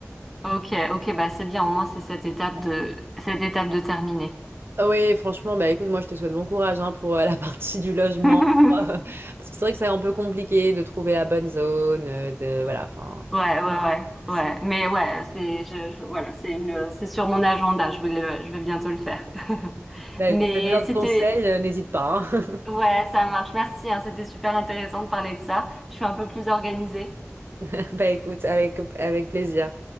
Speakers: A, in the centre; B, on the right.
A: Ok, ok, bah c'est bien, au moins c'est cette étape de cette étape de terminée.
B: Ah Oui, franchement, bah écoute, moi je te souhaite bon courage hein, pour euh, <laughs> la partie du logement.
A: <laughs>
B: <laughs> Parce que c'est vrai que c'est un peu compliqué de trouver la bonne zone, euh, de, voilà, enfin.
A: Ouais, ouais, ouais,
B: C'est-
A: ouais. Mais ouais, c'est je, je- voilà, c'est une c'est sur mon agenda, je vais le- je vais bientôt le faire. <laughs>
B: Bah
A: Mais
B: écoute, si tu as besoin de
A: c'était
B: conseils, euh, n'hésite pas. hein.
A: ouais, ça marche, merci, hein, c'était super intéressant de parler de ça. Je suis un peu plus organisée.
B: <laughs> Bah écoute, avec, avec plaisir.